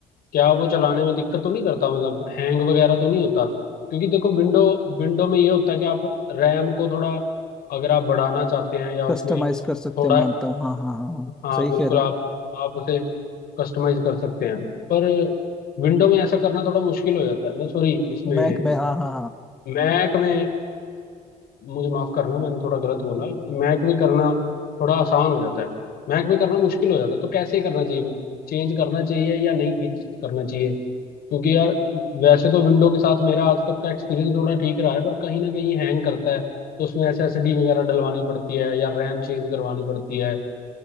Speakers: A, on the left; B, in the centre.
A: क्या वो चलाने में दिक्कत तो नहीं करता मतलब हैंग वगैरह तो नहीं होता क्योंकि देखो विंडो विंडो में ये होता है कि आप रैम को थोड़ा अगर आप बढ़ाना चाहते हैं या उसमें
B: कस्टमाइज कर सकते
A: थोड़ा
B: हैं मानता हूँ हाँ हाँ हाँ हाँ
A: हाँ
B: सही
A: बिल्कुल
B: कह रहे
A: आप
B: हो
A: आप उसे कस्टमाइज कर सकते हैं पर विंडो में ऐसा करना थोड़ा मुश्किल हो जाता है ना सॉरी इसमें
B: मैक में हाँ हाँ हाँ
A: मैक में मुझे माफ करना मैंने थोड़ा गलत बोला कि मैक में करना थोड़ा आसान हो जाता है मैक में करना मुश्किल हो जाता है तो कैसे करना चाहिए मतलब चेंज करना चाहिए या नहीं कि- करना चाहिए क्योंकि यार वैसे तो विंडो के साथ मेरा आज तक का एक्सपीरियंस थोड़ा ठीक रहा है पर कहीं ना कहीं हैंग करता है तो उसमें एसएसडी वगैरह डलवानी पड़ती है या रैम चेंज करवानी पड़ती है